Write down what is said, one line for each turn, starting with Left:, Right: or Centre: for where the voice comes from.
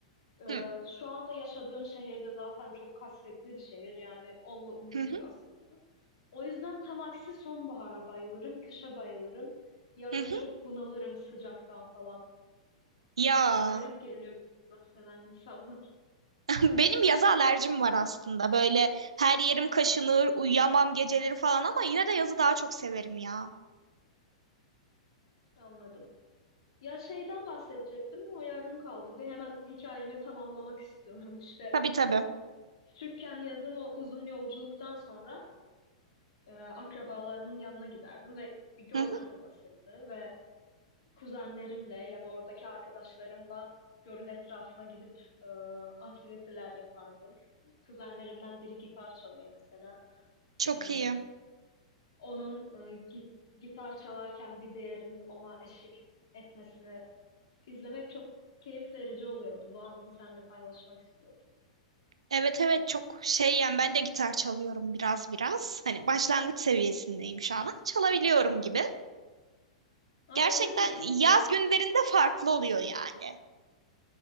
Left: e,
Right: hı,
Left: şu anda yaşadığım şehirde zaten çok kasvetli bir şehir yani onunla
Right: hı,
Left: ünlüdür aslında. O yüzden tam aksi sonbahara bayılırım, kışa bayılırım. Yazın
Right: hı.
Left: çok bunalırım sıcaktan falan.
Right: Ya.
Left: Garip geliyor bu klimayı seven insanlar. <laughs>
Right: Benim yaza alerjim var aslında. Böyle her yerim kaşınır, uyuyamam geceleri falan ama yine de yazı daha çok severim ya.
Left: Anladım. Ya şeyden bahsedecektim o yarım kaldı. Bir hemen hikayemi tamamlamak istiyorum. İşte
Right: Tabii tabii.
Left: küçükken yazın o uzun yolculuktan sonra e, akrabalarımın yanına giderdim ve bir göl
Right: Hı hı.
Left: kasabasıydı ve kuzenlerimle ya da oradaki arkadaşlarımla gölün etrafına gidip e, aktiviteler yapardık. Kuzenlerimden biri gitar çalıyor mesela.
Right: Çok
Left: E,
Right: iyi.
Left: onun e, gi- gitar çalarken bir diğerinin ona eşlik etmesini izlemek çok keyif verici oluyordu. Bu anımı seninle paylaşmak istiyordum.
Right: Evet evet çok şey yani ben de gitar çalıyorum biraz biraz. Hani başlangıç seviyesindeyim şu an ama çalabiliyorum gibi.
Left: Aa,
Right: Gerçekten
Left: öyle mi? Çok iyi.
Right: yaz günlerinde farklı oluyor yani.